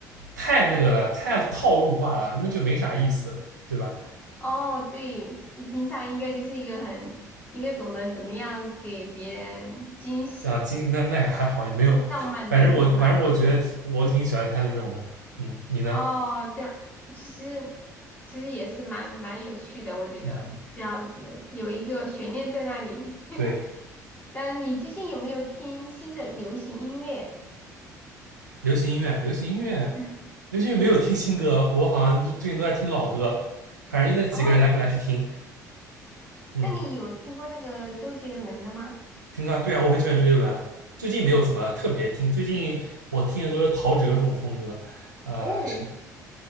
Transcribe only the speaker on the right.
太那个了，太套路化了，那就没啥意思，对吧？
啊，今那那也还好，也没有。
反正我反正我觉得我挺喜欢看这种的。嗯，你呢？
嗯
对，
流行音乐，流行音乐。
那因为没有听新歌，我好像就最近都在听老歌，反正就那几个人来回来去听，
嗯，
听啊，对啊，我很喜欢周杰伦，啊，最近没有怎么特别听，最近我听的都是陶喆这种风格，呃，
是